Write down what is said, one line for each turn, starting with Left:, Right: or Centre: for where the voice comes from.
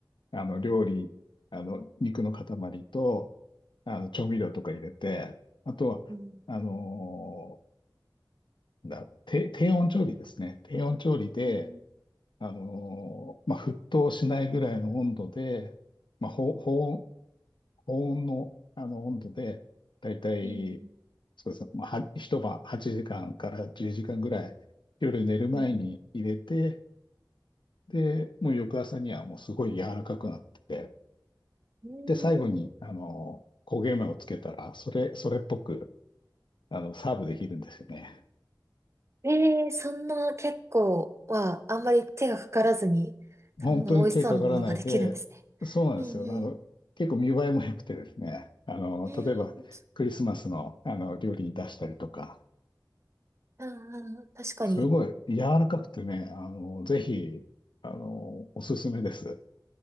Left: あの、料理、あの、肉の塊と、あの、調味料とか入れて、あとは、
Right: うん
Left: あの、だ、低低温調理ですね。低温調理で、
Right: うん
Left: あの、まあ、沸騰しないぐらいの温度で、まあ、保、保温高温の、あの温度で、だいたい、
Right: うん
Left: そうですね、まあ、は一晩8時間かんから10時間ぐらい、夜寝る前に入れて、
Right: うん
Left: で、もう翌朝にはもうすごい柔らかくなってて、
Right: うん
Left: で、最後に、あの、焦げ目をつけたら、それ、それっぽく、あの、サーブできるんですよね。
Right: えー、そんな結構はあんまり手がかからずに、そんな美味しそうなものができるんですね。
Left: 本当に手かからないで、そうなんですよ。
Right: うんうん。
Left: あの、結構見栄えも良くてですね、あの、
Right: うん、
Left: 例えば、クリスマスの、あの料理に出したりとか、
Right: うんうん確かに
Left: すごい柔らかくてね、あの、ぜひ、あの、おすすめです。